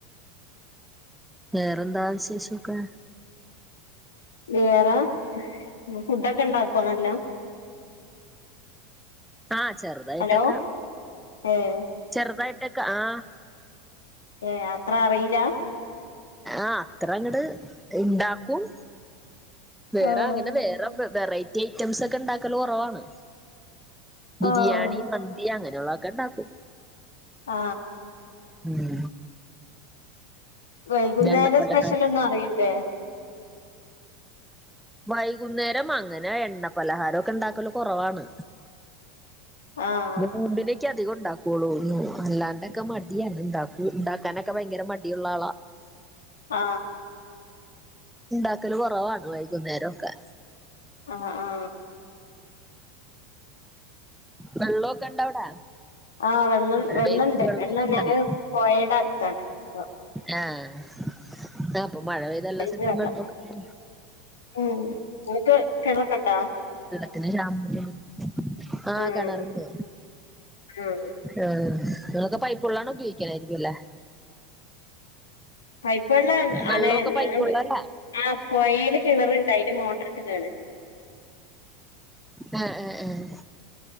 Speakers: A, in the centre; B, on the left.
A: വേറെന്താ വിശേഷക്കെ
B: വേറെ ഇയ്യ് ഫുഡൊക്കെ ഇണ്ടാക്കോ നല്ലോ
A: ആ ചെറുതായിട്ടൊക്കെ
B: ഹലോ ഏഹ്
A: ചെറുതായിട്ടൊക്കെ ആ
B: ഏഹ് അത്ര അറിയില്ല
A: ആ അത്ര അങ്ങട് ഇണ്ടാക്കും വേറെ
B: ആഹ്
A: അങ്ങനെ വേറെ വെറൈറ്റി ഐറ്റംസ് ഒക്കെ ണ്ടാക്കല് കുറവാണ് ബിരിയാണി
B: ആഹ്
A: മന്തി അങ്ങനെ <unintelligible> ഇണ്ടാക്കും
B: ആ
A: ഉം
B: വൈകുന്നേരം
A: എണ്ണ പലഹാരം
B: സ്പെഷ്യല ന്നും അറിയൂല്ലേ
A: വൈകുന്നേരം അങ്ങനെ എണ്ണ പലഹാരക്കെ ഇണ്ടാക്കല്കുറവാണ്
B: ആഹ്
A: പിന്നെ നോമ്പ് നെക്കെ അധികുഉണ്ടാക്കുള്ളൂ അല്ലാണ്ടൊക്കെ മടിയാണ് ഇണ്ടാകൂ ഇണ്ടാക്കാനൊക്കെ ഭയങ്കര മടിയുള്ള ആളാ
B: ആ
A: ഇണ്ടാക്കല് കുറവാ <unintelligible> വൈകുന്നേരം ക്കെ
B: ആ ആ
A: വെള്ളക്കെ ഇണ്ടവിടെ
B: ആഹ് വെള്ളം
A: മഴ
B: വെള്ളണ്ട്
A: പെയ്ത്‌ട്ട് വെള്ളക്കെ
B: വെള്ളം
A: ഇണ്ടല്ല
B: ഞങ്ങള് പൊഴയുടെ അടുത്താണ് അപ്പൊ
A: ആ <unintelligible> ഇപ്പൊ മഴ പെയ്തല്ലാം
B: പൊഴീന്ന്
A: സ്ഥൽതും
B: വെള്ളം
A: വെളളക്കെണ്ട്
B: ഉം നിങ്ങക്ക് കിണറൊക്കണ്ട
A: പിന്നെ <unintelligible>
B: ആഹ്
A: കാണാറുണ്ട്
B: ആഹ്
A: ആഹ് ഇതിലെക്കെ പൈപ്പ് വെള്ളാണ് ഉപയോഗിക്കാനായിരിക്കും അല്ലേ
B: പൈപ്പ് വെള്ള
A: വെള്ളമൊക്കെ
B: ആണ് ഞ
A: പൈപ്പ് വെള്ളല്ലേ
B: ആ പുയൽ കിണറുണ്ട് അതില് മോ ഇട്ടക്കാണ്
A: ആഹ് ആ ആഹ്